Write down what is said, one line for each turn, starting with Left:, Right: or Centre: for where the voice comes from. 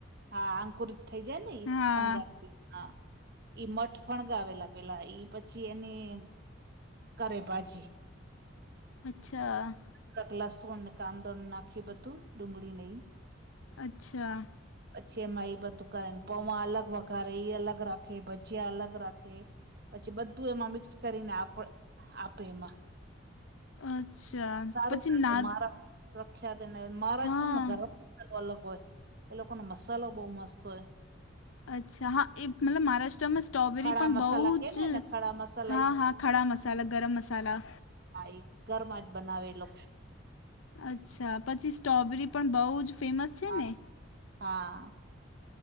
Right: હા અંકુરીત થઈ જાય ને ઈ
Left: હા
Right: ફણ હા ઈ મઠ ફણગાવેલા પેલા ઈ પછી એની કરે ભાજી
Left: અચ્છા
Right: કક લસુણ ને કાંદો નાખી બધું ડુંગળી ને ઈ
Left: અચ્છા
Right: પછી એમાં એ બધું કરેન પોવા અલગ વઘારે એ અલગ રાખે ભજીયા અલગ રાખે પછી બધું એમાં મિક્સ કરીને આપ આપે એમાં
Left: અચ્છા
Right: સારું
Left: પછી
Right: મારે
Left: નાગ
Right: મારા પ્રખ્યાત એને મહારાષ્ટ્રનો
Left: હા
Right: ગરમ મસાલો અલગ હોય એ લોકોનો મસાલો બહુ મસ્ત હોય
Left: અચ્છા હા એ મતલબ મહારાષ્ટ્રમાં સ્ટ્રોબેરી
Right: ખડા
Left: પણ
Right: મસાલા
Left: બહુ
Right: કે ને
Left: જ
Right: એને ખડા મસાલા
Left: હા
Right: ઈ
Left: હા ખડા મસાલા ગરમ મસાલા
Right: હાઈ ઘરમાં જ બનાવેલો
Left: અચ્છા પછી સ્ટ્રોબેરી પણ બહુ જ ફેમસ છે
Right: હા
Left: ને
Right: હા.